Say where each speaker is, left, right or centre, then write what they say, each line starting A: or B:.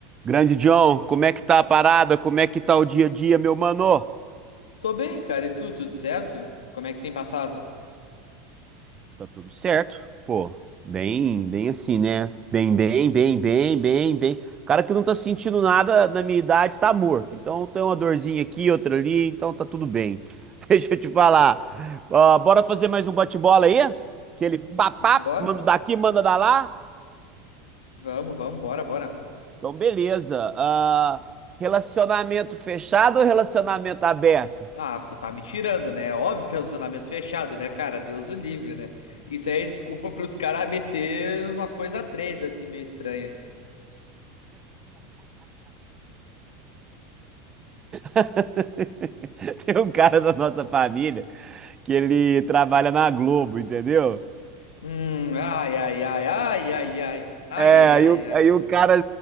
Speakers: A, on the right (about 30°); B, on the left (about 85°).
A: Grande John, como é que tá a parada? Como é que tá o dia a dia, meu mano?
B: Tô bem, cara. E tu, tudo certo? Como é que tem passado?
A: Tá tudo certo? Pô, bem, bem assim, né? Bem, bem, bem, bem, bem, bem. O cara que não tá sentindo nada na minha idade tá morto. Então tem uma dorzinha aqui, outra ali, então tá tudo bem. <laughs> Deixa eu te falar. Ó, bora fazer mais um bate-bola aí? Aquele papá,
B: Bora?
A: manda daqui, manda da lá.
B: Vamos, vamos, bora, bora.
A: Então, beleza. Ah, relacionamento fechado ou relacionamento aberto?
B: Ah, tu tá me tirando, né? Óbvio que é o zonamento fechado, né, cara? Deus o livre, né? Isso aí é desculpa pros caras meter umas coisas a três, assim, meio estranha.
A: <laughs> Tem um cara da nossa família que ele trabalha na Globo, entendeu?
B: Hum, ai, ai, ai, ai, ai, ai. Ai,
A: É,
B: ai,
A: aí,
B: ai,
A: o-
B: ai, ai.
A: aí o cara